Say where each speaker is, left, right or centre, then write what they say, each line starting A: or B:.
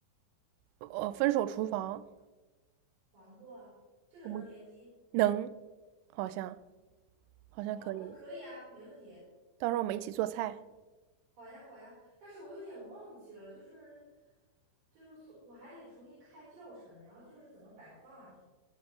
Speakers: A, on the right; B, on the right.
A: 呃分手厨房？
B: 玩过啊，这个能联机。
A: 我们能，好像好像可以。
B: 哦，那可以啊，没问题。
A: 到时候我们一起做菜，
B: 好呀，好呀，但是我有点忘记了，就是就是所我还得重新开教程，然后就是怎么摆放啊什么。